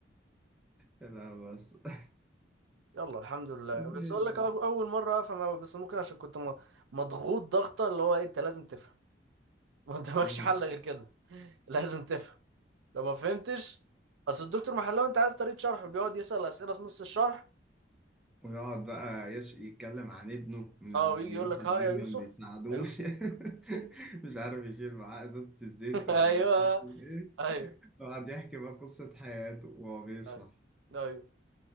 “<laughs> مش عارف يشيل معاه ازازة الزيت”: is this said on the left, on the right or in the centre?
Centre